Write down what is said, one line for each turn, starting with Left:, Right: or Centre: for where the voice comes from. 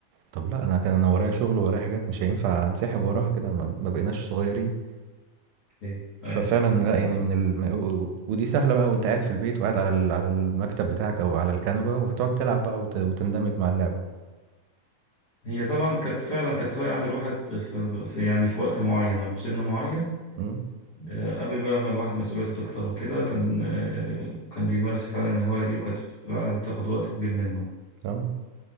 Right: طب لا انا كان انا ورايا شغل ورايا حاجات مش هينفع انسحب وراها كده ما ما بقيناش صغيرين
Left: ايوه
Right: ففعلا
Left: ايوه
Right: لا يعني من ال... و- ودي سهله بقى وانت قاعد في البيت وقاعد على ال... على المكتب بتاعك او على الكنبه وهتقعد تلعب بقى وت... وتندمج مع اللعبه
Left: هي طبعا كانت فعلا كانت هواية عند الواحد في, في يعني في وقت معين أو في سن معين
Right: امم
Left: آه، قبل بقى ما الواحد مسؤوليته تكتر وكده كان آه، كان بيمارس فعلا الهواية دي وكانت فعلا بتاخد وقت كبير منه
Right: اه